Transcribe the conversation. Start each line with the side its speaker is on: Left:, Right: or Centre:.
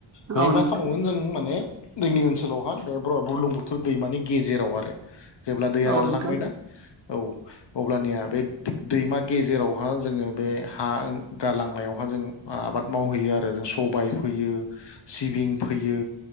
Left: बेहाय
Right: औ
Left: मा
Right: नोंथां
Left: खालामबावगोन जों माने जोंनि ओनसोलावहा बे ब्र बुरलुंबुथुर दैमानि गेजेराव आरो जेब्ला दैया
Right: औ
Left: रानलांबायना
Right: नोंथां
Left: औ अब्लानिया बे दिग दैमा गेजेरावहा जोङो बे हा गारलांनायावहा जों आबाद मावहैयो आरो जों सबाय फोयो सिबिं फोयो